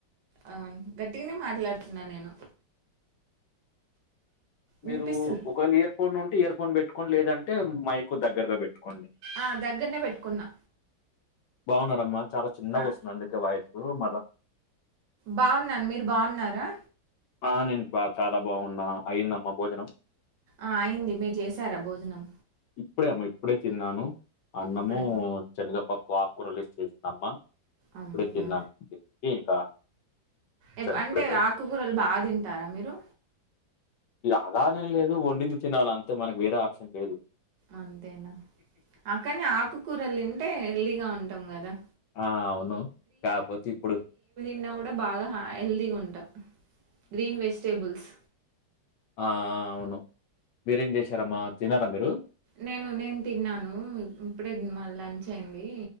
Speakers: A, on the right; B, on the left.
A: అవున గట్టిగానే మాట్లాడుతున్నా నేను
B: మీరు
A: వినిపిస్తుంది
B: ఒకవేళ ఇయర్ ఫోన్ ఉంటే ఇయర్ ఫోన్ పెట్టుకోండి లేదంటే మైకు దగ్గరగా పెట్టుకోండి
A: ఆ దగ్గరనే పెట్టుకున్నా
B: బాగున్నమ్మా చాలా చిన్నగా
A: ఆ
B: వస్తుంది అందుకే వాయిస్ మర
A: బాగున్నాను మీరు బాగున్నారా
B: ఆ నేను బా చాలా బాగున్నా అయిందమ్మ భోజనం
A: ఆ అయింది మీరు చేసారా భోజనం
B: ఇప్పుడే అమ్మ ఇప్పుడే తిన్నాను అన్నము
A: ఇప్పుడు
B: శనగపప్పు ఆకూరలు వేసి చేసిందమ్మా
A: ఆహా
B: ఇప్పుడె తిన్నాం ఇంకా వచ్చాను
A: ఎ అంటే
B: ఇప్పుడే బయట
A: ఆకుకూరలు బాగ తింటారా మీరు
B: అలానేం లేదు వండింది తినాల అంతే మనకు వేరే ఆప్షన్ లేదు
A: అంతేనా అక్కని ఆకుకూరలు తింటే హెల్దీగా ఉంటాం కదా
B: ఆ అవును కాపోతే ఇప్పుడు
A: తిన్న కూడ బాగ హెల్దీగా ఉంటాం గ్రీన్ వెజిటేబుల్స్
B: అ ఆ అవును మీరేం చేసారమ్మా తినరా మీరు
A: నేను నేను తిన్నాను ఇప్పుడే లంచ్ అయింది